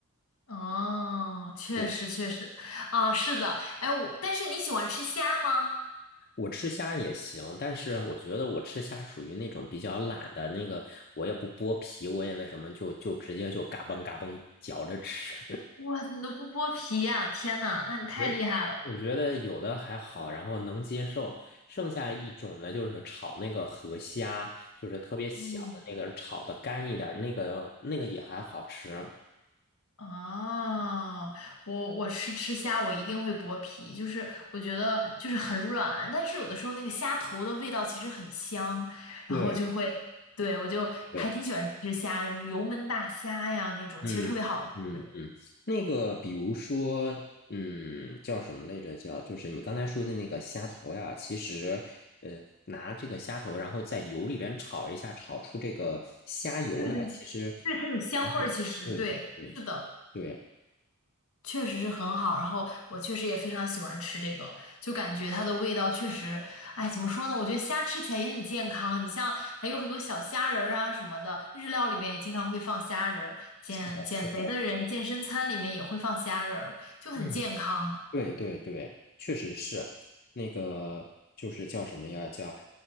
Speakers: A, on the left; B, on the left.
A: 哦，确实确实，
B: 我
A: 啊，是的，哎，我，但是你喜欢吃虾吗？
B: 我吃虾也行，但是我觉得我吃虾属于那种比较懒的那个，我也不剥皮，我也那什么，就就直接就嘎嘣嘎嘣嚼着吃。
A: 哇，你都不剥皮呀、天呐，那你太厉害了。
B: 觉得我觉得有的还好，然后能接受。剩下一种呢，就是炒那个河虾，就是特别小的那个，
A: 嗯，
B: 炒的干一点儿，那个那个也还好吃。
A: 哦，我我是吃虾，我一定会剥皮，就是我觉得就是很软，但是有的时候那个虾头的味道其实很香，然后就会，
B: 对
A: 对，我就还挺喜欢吃虾，
B: 对，
A: 什么油焖大虾呀那种，
B: 嗯嗯嗯，
A: 其实特别好吃，
B: 那个比如说，嗯，叫什么来着？叫就是你刚才说的那个虾头呀，其实，呃，拿这个虾头，然后在油里边炒一下，炒出这个虾油来，
A: 对对
B: 其实
A: 对，它有香味儿，
B: 蛮好的。
A: 其实对，
B: 对对对
A: 是的。
B: 对，
A: 确实是很好，然后我确实也非常喜欢吃这个，就感觉它的味道确实，哎，怎么说呢？我觉得虾吃起来也很健康，你像还有很多小虾仁儿啊什么的，日料里面也经常会放虾仁儿，减减肥的人健身餐里面也会放虾仁儿，
B: 是的，是的。
A: 就很健康。
B: 嗯，对对对，确实是那个，就是叫什么呀？叫